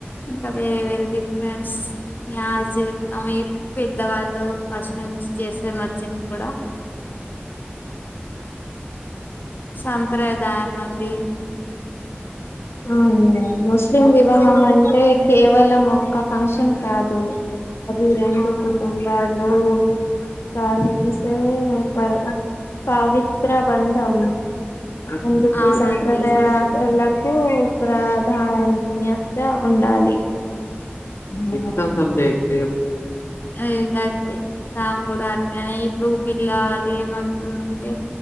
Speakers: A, on the left; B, on the left.
A: ఇంకా వేరే వేరే డిఫరెంట్స్ జ్మ పెద్దవాళ్ళు, ఫస్ట్ నుంచి చేసే నచ్చిది కూడా.
B: <unintelligible> <unintelligible>
A: సాంప్రదాయం అండి
B: అ ముస్లిం వివాహం
A: ఇప్పుడు
B: అంటే, కేవలం ఒక్క ఫంక్షన్ కాదు అది రెండు
A: అవును
B: కుటుంబాలు, కలిసే పర్ పవిత్ర బంధం అందుకే
A: అవునండి
B: సంప్రదాయ లకు ప్రాధాన్యత ఉండాలి. <unintelligible>
A: ఏంకాతే సామ్ కూడా అట్లనే ఇప్పుడు ఊపిల్ కావాల <unintelligible> అంటే